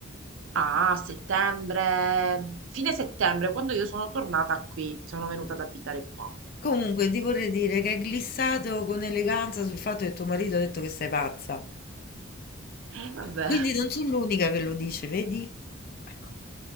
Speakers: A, on the right; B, on the left.
A: a settembre, fine settembre, quando io sono tornata qui, sono venuta ad abitare qua.
B: Comunque, ti vorrei dire che hai glissato con eleganza sul fatto che tuo marito ha detto che sei pazza.
A: E vabbè,
B: Quindi non sono l'unica che lo dice, vedi? Ecco,